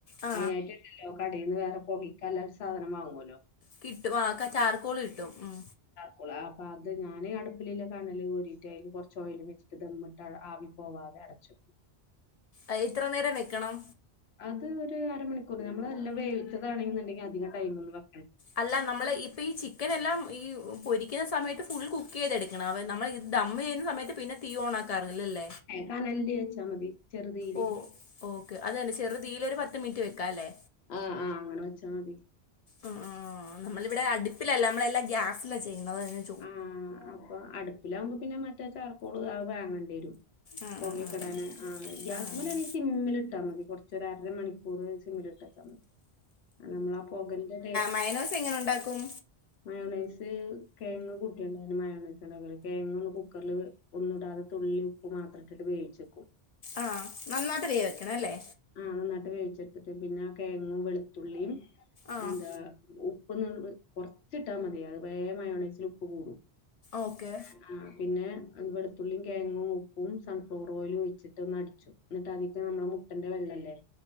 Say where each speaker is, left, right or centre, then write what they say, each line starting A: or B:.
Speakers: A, on the left; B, on the left.
A: ആ
B: അതിനായിട്ട്ല്ലല്ലോ കടയിൽ നിന്ന് വേറെ പുകിക്കാല്ലും സാധനം വാങ്ങുവല്ലോ
A: കിട്ടും ആക്ക ചാർക്കോൾ കിട്ടും ഉം
B: കൊള അപ്പൊ അത് ഞാനേ അടു ഇല്ല ഇല്ലാ കണല് കൂരിയിട്ട് അതില് കുറച്ച് ഓയിൽ വെച്ചിട്ട് ദം ഇട്ട് ആവി പോവാതെ അടച്ചു
A: അയ് എത്ര നേരം വെക്കണം
B: അത് ഒരു അരമണിക്കൂർ ഞമ്മളെല്ലാം വേവിച്ചതാണെങ്കുണ്ടെങ്കിൽ അധിക ടൈം ഒന്ന് വ
A: അല്ല നമ്മള് ഇപ്പ ഈ ചി ചിക്കൻെല്ലാം ഈ പൊരിക്കുന്ന സമയത്ത് ഫുൾ കുക്ക് ചെയ്തെടുക്കണം അവ നമ്മൾ ഇത് ദമ്മ ചെയ്യുന്ന സമയത്ത് പിന്നെ തീ ഓണക്കി <unintelligible>
B: കനലിൽ ച്ചാൽ മതി ചെറുതീയില്
A: ഓ ഓക്കെ അത് തന്നെ ചെറുതീൽ ഒരു പത്ത് മിനിറ്റ് വെക്കാം അല്ലേ
B: ആഹ് ആഹ് അങ്ങനെ വെച്ചാൽ മതി
A: ആ ആ നമ്മളിവിടെ അടുപ്പിലല്ല നമ്മള എല്ലാം ഗ്യാസിലാ ചെയ്യുന്നത് അത്
B: ആഹ് അപ്പൊ അടുപ്പിലാവകുമ്പോ പിന്നെ മറ്റേ ചാർക്കോൾ വാങ്ങേണ്ടി വരും
A: ഉം
B: പൊകക്കെടൻ
A: ഉം ഉം
B: ആ ഗ്യാസമല
A: ആഹ്
B: സിമ്മിൽട്ടാൽ മതി കൊറച്ചൊര മണിക്കൂർ സിമ്മിലിട്ടച്ചാൽ മതി നമ്മളാ പൊകന്റെ ടെ
A: മൈനോസ് എങ്ങനെ ഉണ്ടാക്കും?
B: മയോണൈസ് കിഴങ്ങ് കുട്ടിയുണ്ടായിരുന്നു മയോണൈസിന്റെല് കിഴങ്ങ ഒന്ന് കുക്കറിൽ വേ ഒന്നും ഇടാതെ തുള്ളി ഉപ്പ് മാത്ര ഇട്ട് വേവിച്ചെക്കും
A: ആഹ നന്നായിട്ട് വെവിക്കണ അല്ലേ?
B: ആഹ് നന്നായിട്ട് വേവിച്ചിട്ടിട്ട് പിന്നെ കിഴങ്ങും വെളുത്തുള്ളിയും
A: ആഹ്
B: എന്താ ഉപ്പ് കൊറച്ചിട്ടാ മതി അതമായോണസിൽ ഉപ്പ് കൂടും
A: ഓക്കെ
B: ആഹ് ആഹ് പിന്നെത് വെളുത്തുള്ളിയും കിഴങ്ങും ഉപ്പും സൺഫ്ലോർ ഓയിയിലും ഒഴിച്ചിട്ട് ഒന്ന് അടിച്ചു എന്നിട്ടതിക്ക് നമ്മുടെ മുട്ടന്റെ വെള്ളല്ലേ